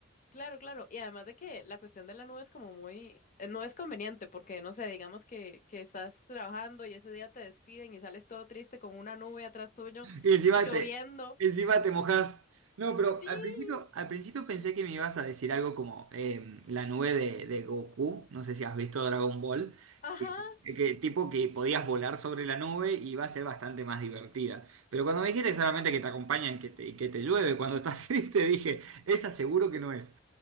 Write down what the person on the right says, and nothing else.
Y encima
te, encima te mojás. No, pero
al principio, al principio pensé que me ibas a decir algo como eh, la nube de, de Goku. No sé si has visto Dragon Ball.
Que, que tipo que podías volar sobre la nube y iba a ser bastante más divertida. Pero cuando me dijiste solamente que te acompañan y que te, que te llueve cuando estás <laughs> triste, dije, esa seguro que no es.